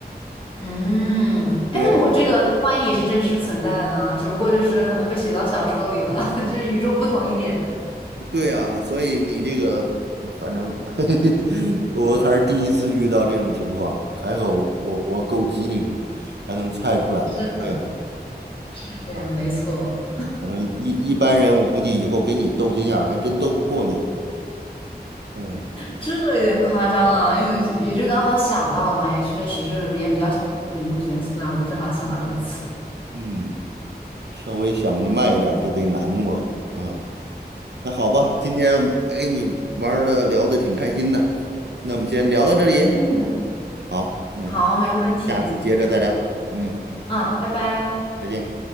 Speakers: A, on the left; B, on the right.
A: 嗯，哎，
B: 对，
A: 那我这个它万一也是真实存在的呢？只不过就是可能被写到小说里了，<laughs> 就是与众不同一点。
B: 对啊，所以你这个，反正 <laughs> 我还是第一次遇到这种情况，还好我我够机灵，还能猜出来。
A: 是的，
B: 哎
A: 是这样，
B: 啊。
A: 没错，
B: 反正一一般人，我估计以后跟你斗心眼儿还真斗不过你。嗯
A: 这有点夸张了，因为就也就刚好想到了嘛，也确实是也比较喜欢人物角色啊，然后就正好想到这个词。
B: 嗯，稍微想的慢一点儿就被难住了。嗯，那好吧，今天哎你玩的聊的挺开心的，那我们先聊到这里。
A: 嗯，
B: 好，那
A: 好，没问题。
B: 下次接着再聊。嗯，
A: 嗯，拜拜。
B: 再见。